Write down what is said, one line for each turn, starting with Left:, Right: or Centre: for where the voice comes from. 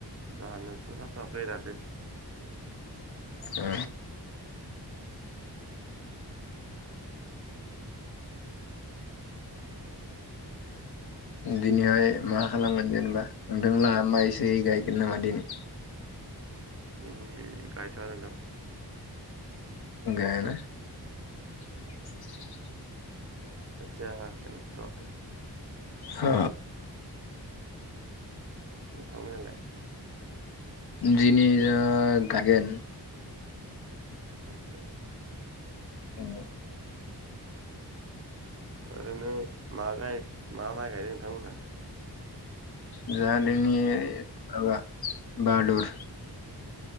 Right: जानोथ' जाथवाखै दानो
Left: ओ
Right: <inaudible>
Left: दिनैहाय मा खालामगोन जेनेबा नोंथांलाहा माय साय गायगोन नामा दिनै?
Right: दिनि गायथवा नोंथां
Left: गायाना <unintelligible>
Right: खोथियाखोनो फुथवाखै
Left: ओ
Right: नोंथांमोनहालाय
Left: दिनि जोंहा गायगोन।
Right: आतसा
Left: औ
Right: ओरैनो मा गाय मा माइ गायदों नोंथांमोनहा?
Left: जोंहा दिनि माबा बाहादुर